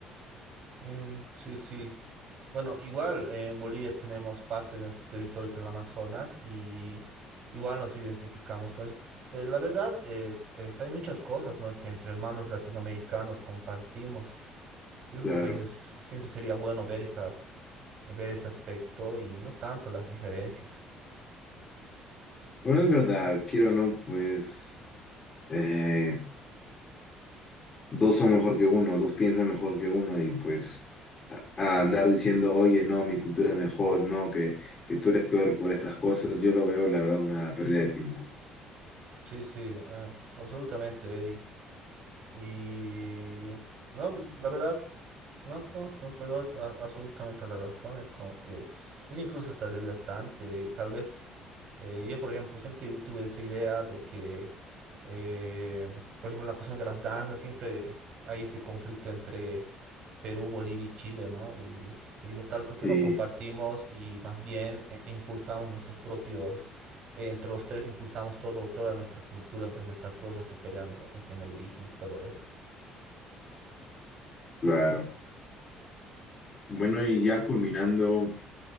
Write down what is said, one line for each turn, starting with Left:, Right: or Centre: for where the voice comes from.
Right: Mm, sí, sí. Bueno, igual en Bolivia tenemos parte de nuestros territorios en el Amazonas y igual nos identificamos con eso. Eh, la verdad es, es- hay muchas cosas, ¿no? que entre hermanos latinoamericanos compartimos. Yo creo
Left: Claro.
Right: que a veces siempre sería bueno ver esas, ver ese aspecto y no tanto las diferencias.
Left: Bueno, es verdad, quiero o no, pues eh, dos son mejor que uno, dos piensan mejor que uno y pues a, a andar diciendo, oye, no, mi cultura es mejor, no, que, que tú eres peor por estas cosas, yo lo veo, la verdad, una pérdida de tiempo.
Right: Sí, sí, eh, absolutamente, Eddie. Y no, la verdad, no, no, no te doy a- absolutamente la razón. Es como que es incluso hasta desgastante. Tal vez eh, yo, por ejemplo, siempre tu- tuve esa idea de que, eh, por ejemplo, en la cuestión de las danzas, siempre hay este conflicto entre Perú, Bolivia y Chile, ¿no? Y yo digo, tal, ¿por qué
Left: Sí,
Right: no compartimos y más bien eh, impulsamos nuestros propios eh, entre los tres impulsamos todo, toda nuestra cultura en vez de estar todo el rato peleando ¿no? en en el origen y todo eso.
Left: claro. Bueno, y ya culminando.